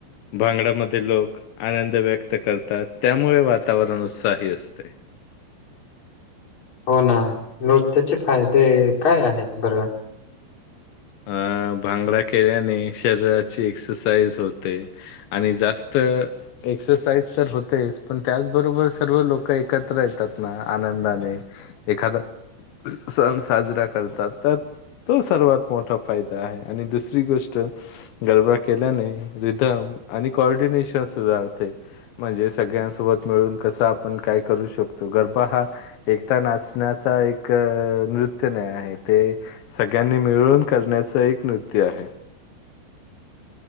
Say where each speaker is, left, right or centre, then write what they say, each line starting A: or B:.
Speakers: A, on the left; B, on the left.
A: भांगड्यामध्ये लोक आनंद व्यक्त करतात. त्यामुळे वातावरण उत्साही असते.
B: हो ना, नृत्याचे फायदे काय आहेत बरं
A: अ भांगडा केल्याने शरीराची एक्ससाइज होते. आणि जास्त एक्ससाइज तर होतेच, पण त्याचबरोबर सर्व लोक एकत्र येतात ना आनंदाने एखादा सण साजरा करतात. त्यात तो सर्वात मोठा फायदा आहे. आणि दुसरी गोष्ट गरबा केल्याने रिधम आणि कॉर्डिनेशन सुधाारते. म्हणजे सगळ्यांसोबत मिळून कसं आपण करू शकतो. गरबा हा एकटा नाचण्याचा एक नृत्य नाय आहे, ते सगळ्यांनी मिळून करण्याचा एक नृत्य आहे.